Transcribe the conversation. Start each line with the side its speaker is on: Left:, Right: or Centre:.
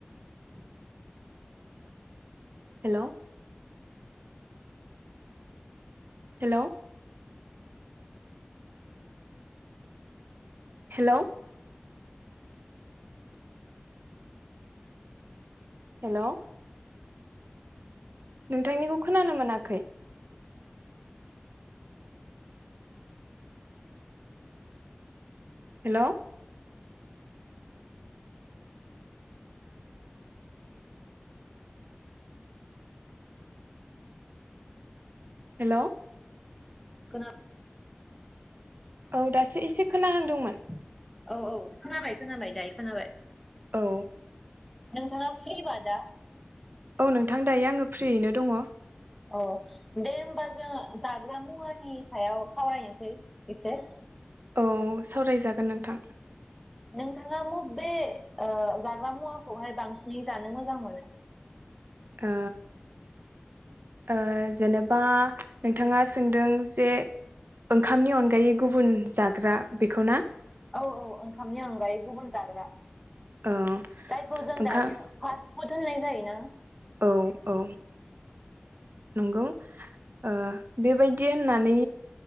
Right: <inaudible> हेल'। Hello. Hello. Hello. नोंथांनिखौ खोनानो मोनाखै हेल'। हेल'।
Centre: खोना
Right: औ दासो एसे खोनाहांदोंमोन
Centre: औ औ खोनाबाय-खोनाबाय दायो खोनाबाय
Right: औ
Centre: नोंथाङा फ्रि बा दा
Right: औ नोंथां दायो आङो फ्रियैनो दङ
Centre: अ' दे होनबा जों जाग्रा मुवानि सायाव सावरायनोसै एसे
Right: औ सावरायजागोन नोंथां
Centre: नोंथाङा म'बे ओ जाग्रा मुवाखौहाय बांसिनै जानो मोजां मोनो?
Right: ओ ओ जेनेबा नोंथाङा सोंदों जे ओंखामनि अनगायै गुबुन जाग्रा बेखौ ना?
Centre: औ औ ओंखामनि अनगायै गुबुन जाग्रा
Right: ओ
Centre: जायखौ जों
Right: ओंखाम
Centre: दायो फार्स पुथो होननाय जायो ना
Right: औ औ नंगौ ओ बेबायदि होननानै